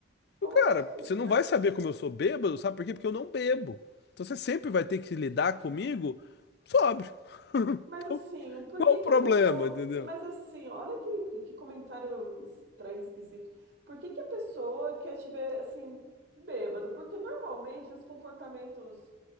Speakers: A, on the left (about 55°); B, on the right (about 65°).
A: Ô,
B: Ai,
A: Cara,
B: gente,
A: você não
B: mas,
A: vai saber como eu sou bêbado, sabe por quê? Porque eu não bebo. Então você sempre vai ter que lidar comigo sóbrio. Então,
B: mas assim, por
A: qual
B: que
A: o
B: que
A: problema,
B: a pessoa.
A: entendeu?
B: Mas assim, olha que, que comentário estranho, esquisito. Por que que a pessoa quer te ver assim, bêbado? Porque normalmente os comportamentos